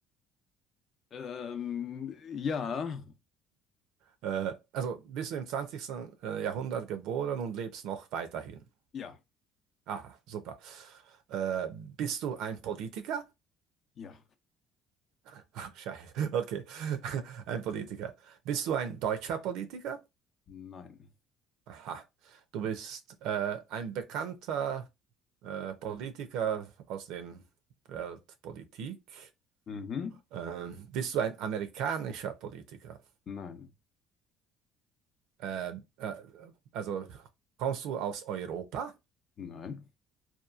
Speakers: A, on the left; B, on the right.
A: Ähm, ja,
B: Äh, also bist du im zwanzigsten äh, Jahrhundert geboren und lebst noch weiterhin?
A: ja,
B: Aha, super. Äh, bist du ein Politiker?
A: ja,
B: <laughs> Scheiße, okay, <laughs> ein Politiker. Bist du ein deutscher Politiker?
A: nein.
B: Aha, du bist äh, ein bekannter äh, Politiker aus der Weltpolitik.
A: Mhm.
B: Ähm, bist du ein amerikanischer Politiker?
A: Nein,
B: Äh, äh, also kommst du aus Europa?
A: nein,